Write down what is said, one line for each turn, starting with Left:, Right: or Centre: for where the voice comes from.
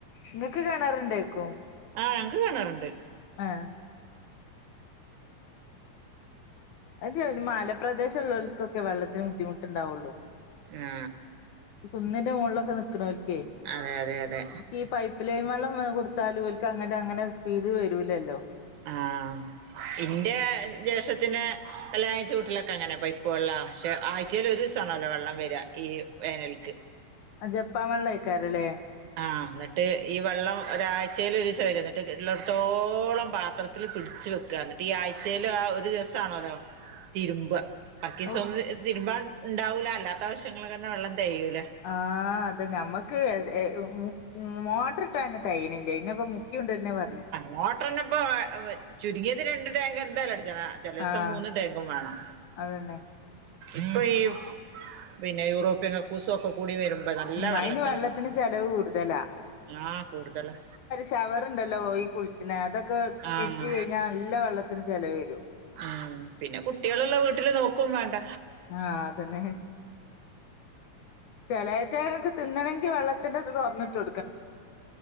Left: നിങ്ങക്ക് കെണറുണ്ടേക്കോ
Right: ആഹ് ഞങ്ങക്ക് കെണറുണ്ട്
Left: ആഹ് അതെ ഒരു മാലപ്രദേശൊള്ളവൽക്കൊക്കെ വെള്ളത്തിന് ബുദ്ധിമുട്ടുണ്ടാവുള്ളു
Right: ആ
Left: കുന്നിന്റെ മുകളിലൊക്കെ നിൽക്കണോൽക്കേ
Right: അതെ അതെ അതെ
Left: ഈ പൈപ്പ് ലൈൻ വെള്ളം വെ കൊടുത്താലും ഓൽക്ക് അങ്ങന അങ്ങന സ്പീഡ് വരൂല്ലല്ലോ
Right: ആഹ് ഇന്റെ ജേഷ്ട്ടത്തിനെ കല്ലായഴിച്ച വീട്ടിലൊക്കങ്ങന പൈപ്പ് വെള്ള പക്ഷെ ആയ് ച്ചേല് ഒരു ദിവസാണൊല്ലോ വെള്ളം വരിക ഈ വേനൽക്ക്
Left: ആഹ് ജപ്പാ വെള്ള ആയ്ക്കാറില്ലേ
Right: ആഹ് എന്നിട്ട് ഈ വെള്ളം ഒരാഴ്ച്ചേല് ഒരു ദിവസം വരും എന്നിട്ട് കിട്ടിലെട്ത്തോളം പാത്രത്തി ത്തി പിടിച്ചു വെക്കുക എന്നിട്ട് ഈ ആഴ്ചേല് ആഹ് ഒരു ദിവസാണല്ലോ തിരുമ്പ്ക ബാക്കിസോങ്ങ്
Left: ഔ
Right: തിരുമ്പാൻ ഇണ്ടാവൂല അല്ലാത്ത ആവശ്യങ്ങള്ക്കന്നെ വെള്ളം തേയൂല്ല
Left: ആഹ് അതന്നെ നമ്മക്ക് എ മ്മ് മോട്ടറിട്ടാ ന്നെ തെയ്യ്യണില്ലേ പിന്നിപ്പം മോ ക്യു ഉണ്ട് തന്നെ പറഞ്ഞു
Right: മോട്ടർനിപ്പോ എഹ് അപ് ചുരുങ്ങിയത് രണ്ട് ടാങ്ക് എന്തായാലും അടിച്ചനാ ചെലേസം
Left: ആഹ്
Right: മൂന്ന് ടേങ്കും വേണം
Left: അതന്നെ
Right: ഇപ്പൊ ഈ പിന്നെ യൂറോപ്യൻ കക് കുസൊക്കെ കൂടി വരുമ്പോ നല്ല
Left: ഉം
Right: വെള്ള
Left: അയിന്
Right: ചെലവ
Left: വെള്ളത്തിന് ചെലവ് കൂടുതലാ
Right: ആഹ് അങ്ങനെ തന്നെ
Left: ശവർണ്ടല്ലോ ഈ കുൾച്ച്ണ അതൊക്കെ
Right: ആഹ്
Left: തിര്ച്ച് കഴിഞ്ഞാൽ നല്ല വള്ളത്തിന് ചെലവരും.
Right: ആഹ് പിന്നെ കുട്ട്യാൾള്ള വീട്ടില് നോക്കും വേണ്ട.
Left: ആഹ് അതന്നെ. ചെലേറ്റകൾക്ക് തിന്നണങ്കിൽ വെള്ളത്തിന്റെ ഇത് തൊറന്നിട്ടൊ